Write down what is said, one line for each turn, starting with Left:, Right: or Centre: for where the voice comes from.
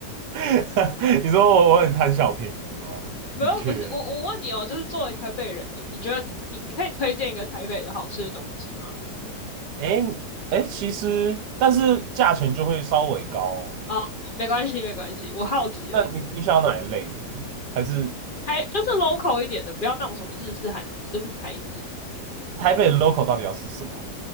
Right: <laughs> 你说我我很贪小便宜吗？
Left: <laughs> 不要，
Right: 的确，
Left: 不是我我问你哦，就是作为台北人，你你觉得你你可以推荐一个台北的好吃的东西吗？
Right: 哎哎，诶其实但是价钱就会稍微高哦
Left: 哦，没关系没关系，我好奇而已。
Right: 那你你想要哪一类的？还是
Left: 还就是 local 一点的，不要那种什么日式、韩式，就是台式。
Right: 台北 local 到底要吃什么？